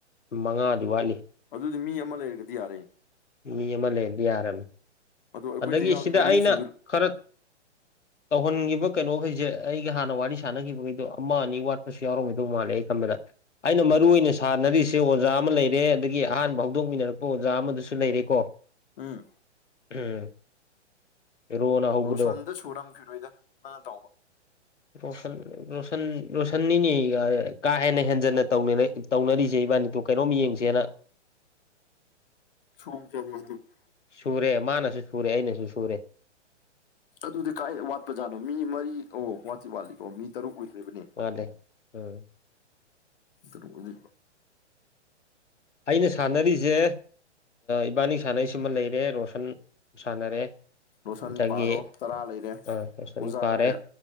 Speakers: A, on the left (about 80°); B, on the left (about 50°).
A: ꯃꯉꯥꯗꯤ ꯋꯥꯠꯂꯤ
B: ꯑꯗꯨꯗꯤ ꯃꯤ ꯑꯃ ꯂꯩꯔꯒꯗꯤ ꯌꯥꯔꯦ
A: ꯃꯤ ꯑꯃ ꯂꯩꯔꯗꯤ ꯌꯥꯔꯕꯅꯤ
B: ꯑꯗꯣ ꯑꯩꯈꯣꯏꯗ
A: ꯑꯗꯒꯤ
B: ꯌꯥꯎꯔꯤꯕ
A: ꯁꯤꯗ
B: ꯃꯤꯁꯤꯡꯗꯨ
A: ꯑꯩꯅ ꯈꯔ ꯇꯧꯍꯟꯈꯤꯕ ꯀꯩꯅꯣꯈꯩꯁꯦ ꯑꯩꯒ ꯍꯥꯟꯅ ꯋꯥꯔꯤ ꯁꯥꯟꯅꯈꯤꯕꯈꯩꯗꯣ ꯑꯃ ꯑꯅꯤ ꯋꯥꯠ ꯄꯁꯨ ꯌꯥꯎꯔꯝꯈꯤꯗꯧ ꯃꯥꯂꯦ ꯑꯩ ꯈꯟꯕꯗ ꯑꯩꯅ ꯃꯔꯨ ꯑꯣꯏꯅ ꯁꯥꯟꯅꯔꯤꯁꯦ ꯑꯣꯖꯥ ꯑꯃ ꯂꯩꯔꯦ ꯑꯗꯒꯤ ꯑꯍꯥꯟꯕ ꯍꯧꯗꯣꯛꯃꯤꯟꯅꯔꯛꯄ ꯑꯣꯖꯥ ꯑꯃꯗꯁꯨ ꯂꯩꯔꯦꯀꯣ
B: ꯎꯝ
A: ꯎꯝ ꯔꯣꯅ ꯍꯧꯕꯗꯣ
B: ꯔꯣꯁꯟꯗꯨ ꯁꯨꯔꯝꯈꯤꯔꯣꯏꯗ ꯅꯪꯅ ꯇꯧꯕ
A: <unintelligible> ꯔꯣꯁꯟ ꯔꯣꯁꯟꯅꯤꯅꯤ ꯀꯥ ꯍꯦꯟꯅ ꯍꯦꯟꯖꯟꯅ ꯇꯧꯅꯔꯤꯁꯦ ꯏꯕꯥꯅꯤꯗꯣ ꯀꯩꯅꯣꯝ ꯌꯦꯡꯁꯦꯅ
B: <unintelligible>
A: ꯁꯨꯔꯦ ꯃꯥꯅꯁꯨ ꯁꯨꯔꯦ ꯑꯩꯅꯁꯨ ꯁꯨꯔꯦ
B: ꯑꯗꯨꯗꯤ ꯀꯥꯏ ꯋꯥꯠꯄ ꯖꯥꯠꯅꯣ ꯃꯤ ꯃꯔꯤ ꯑꯣ ꯋꯥꯠꯇꯤ ꯋꯥꯠꯂꯤꯀꯣ ꯃꯤ ꯇꯔꯨꯛ ꯑꯣꯏꯗ꯭ꯔꯤꯕꯅꯦ
A: ꯋꯥꯠꯂꯦ ꯎꯝ
B: <unintelligible>
A: ꯑꯩꯅ ꯁꯥꯟꯅꯔꯤꯁꯦ ꯏꯕꯥꯅꯤ ꯁꯥꯟꯅꯔꯤꯁꯤꯃ ꯂꯩꯔꯦ ꯔꯣꯁꯟ ꯁꯟ ꯁꯥꯟꯅꯔꯦ
B: ꯂꯣꯁꯟ
A: ꯑꯗꯒꯤ
B: ꯄꯥꯔꯣ ꯇꯔꯥ ꯂꯩꯔꯦ
A: ꯔꯣꯏꯁꯟ
B: ꯑꯣꯖꯥꯒ
A: ꯄꯥꯔꯦ
B: ꯀꯌꯥ